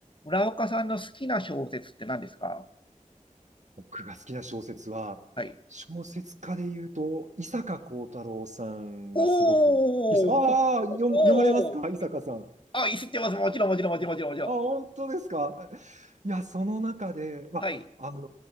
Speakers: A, on the left; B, on the right.
A: 村岡さんの好きな小説って何ですか
B: 僕が好きな小説は、
A: はい。
B: 小説家で言うと、伊坂幸太郎さんがすごく、
A: おー、
B: ああ、
A: ほ
B: 読む、
A: おー、
B: 読まれますか伊坂さん。
A: あ、いってます。もちろん、もちろん、もちろん、もちろん、もちろん。
B: あ、本当ですかいや、その中で、まあ、
A: はい、
B: あの、